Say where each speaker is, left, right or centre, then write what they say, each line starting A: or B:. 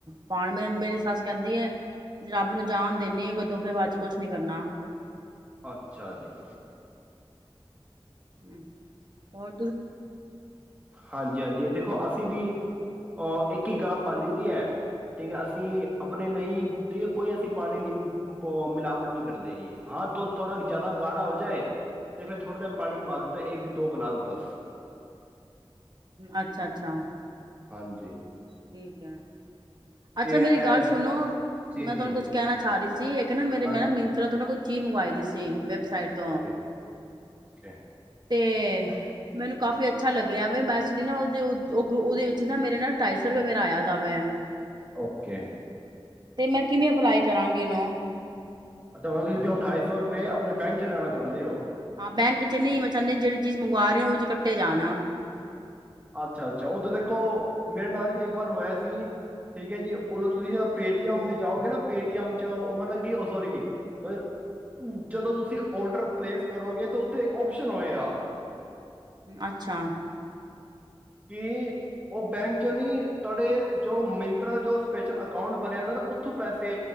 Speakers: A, on the right; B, on the right.
A: ਪਾਣ ਮੇ ਮੇਰੀ ਸੱਸ ਕਹਿੰਦੀ ਹੈ ਰੱਬ ਨੂੰ ਜਾਨ ਦਨੀ ਆ ਕੋਈ ਦੁਖੇਬਾਜ਼ੀ ਕੁਛ ਨੀ ਕਰਨਾ
B: ਅੱਛਾ ਜੀ
A: ਹ ਔਰ
B: ਹਾਂਜੀ ਹਾਂਜੀ ਦੇਖੋ ਅਸੀਂ ਵੀ ਅਹ ਇੱਕ ਹੀ ਗਾਂ ਪੀ ਦੀ ਹੈ ਠੀਕ ਹੈ ਅਸੀਂ ਆਪਣੇ ਲਈ ਠੀਕ ਹੈ ਕੋਈ ਅਸੀਂ ਪਾਣੀ ਨ ਮਿਲਾਵਟ ਨਹੀਂ ਕਰਦੇ ਜੀ ਹਾਂ ਦੁੱਧ ਥੋੜਾ ਜਿਆਦਾ ਗਾੜਾ ਹੋ ਜਾਏ ਤੇ ਫੇਿਰ ਥੋੜ੍ਹਾ ਜਿਹਾ ਪਾਣੀ ਪਾ ਦਿੱਤਾ ਇੱਕ ਦੋ ਗਲਾਸ ਬਸ
A: ਅੱਛਾ ਅੱਛਾ
B: ਹਾਂਜੀ
A: ਠੀਕ ਆ ਅੱਛਾ
B: ਤੇ
A: ਮੇਰੀ
B: ਇਹ
A: ਗੱਲ ਸੁਣੋ
B: ਜੀ
A: ਮੈਂ
B: ਜੀ
A: ਤੁਹਾਨੂੰ ਕੁੱਛ ਕਹਿਣਾ ਚਾਹ ਰਹੀ ਸੀ ਇੱਕ ਨਾ ਮੇਰੇ
B: ਹਾਂਜੀ
A: ਮੈਂ ਨਾ ਮਿੰਤਰਾ ਤ ਨਾ ਕੁ ਚੀ ਮੰਗਵਾਈ ਦੀ ਸੀ ਵੈ ਸਾਈਡ ਤੋਂ।
B: ਓਕੇ ਓਕੇ
A: ਤੇ ਮੈਨੂੰ ਕਾਫੀ ਅੱਛਾ ਲੱਗਿਆ ਵੇ ਮੈਕਚੁਲੀ ਨਾ ਉਹ ਜੋ ਉਹਦੇ ਵਿੱਚ ਨਾ ਮੇਰੇ ਨਾ ਢਾਈ ਸੌ ਫੇਰ ਮੇਰਾ ਆਇਆ ਦਾ ਵਿਆ।
B: ਓਕੇ
A: ਤੇ ਮੈਂ ਕਿਵੇਂ ਅਪਲਾਈ ਕਰਾਂਗੀ ਉਹਨੂੰ?
B: ਅੱਛਾ ਮਤਲਬ ਤੁਸੀਂ ਉਹ ਅਠਾਈ ਸੌ ਰੁਪਏ ਆਪਣੇ ਬੈਂਕ ਚ ਲੈਣਾ ਚਾਹੁੰਦੇ ਹੋ।
A: ਹਾਂ ਬੈਂਕ ਚ ਨਹੀਂ ਮੈਂ ਚਾਉਨੀ ਆ, ਜਿਹੜੀ ਚੀਜ਼ ਮੰਗਵਾ ਰਹੇ ਆ, ਉਹ ਓਹਦੇ ਚ ਕੱਟੇ ਜਾਣ।
B: ਅੱਛਾ ਅੱਛਾ ਉਦੋਂ ਦੇਖੋ, ਮੇਰੇ ਨਾਲ ਵੀ ਇੱਕ ਵਾਰ ਹੋਇਆ ਸੀ। ਠੀਕ ਹੈ ਜੀ ਉਦੋਂ ਤੁਸੀਂ ਜਦੋਂ ਪੇਟੀਐੱਮ 'ਤੇ ਜਾਓਗੇ ਨਾ ਪੇਟੀਐੱਮ 'ਚ ਉਹ ਮਤਲਬ ਕਿ ਉਹ ਸੋਰੀ ਮਲ, ਜਦੋਂ ਤੁਸੀਂ ਔਡਰ ਪਲੇਸ ਕਰੋਗੇ ਤਾਂ ਉੱਥੇ ਇੱਕ ਓਪਸ਼ਨ ਹੋਏਗਾ।
A: ਅੱਛਾ
B: ਕਿ ਉਹ ਬੈਂਕ ਚੋਂ ਨਹੀਂ ਤੁਹਾਡੇ ਜੋ ਮਿੰਤਰਾ ਜੋ ਸਪੈਸ਼ਲ ਅਕਾਊਂਟ ਬਣਿਆ ਦਾ ਨਾ ਉੱਥੋਂ ਪੈਸੇ